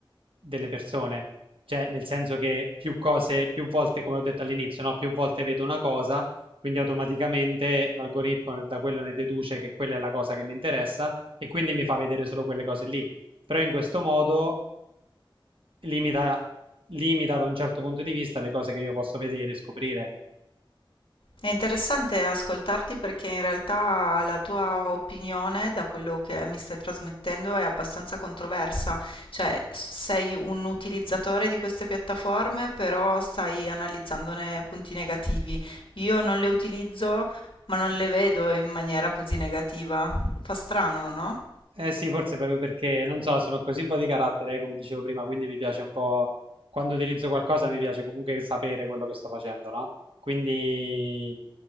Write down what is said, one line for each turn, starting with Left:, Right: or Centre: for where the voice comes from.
Right: delle persone. Cioè, nel senso che più cose, più volte, come ho detto all'inizio, no? Più volte vedo una cosa, quindi automaticamente l'algoritmo da quello ne deduce che quella è la cosa che mi interessa e quindi mi fa vedere solo quelle cose lì. Però in questo modo limita, limita da un certo punto di vista le cose che io posso vedere e scoprire.
Left: È interessante ascoltarti perché in realtà la tua opinione, da quello che mi stai trasmettendo, è abbastanza controversa. Cioè, sei un utilizzatore di queste piattaforme, però stai analizzandone punti negativi. Io non le utilizzo, ma non le vedo in maniera così negativa. Fa strano, no?
Right: Eh sì, forse proprio perché, non so, sono così un po' di carattere, eh, come dicevo prima, quindi mi piace un po', quando utilizzo qualcosa mi piace comunque sapere quello che sto facendo, no? Quindi,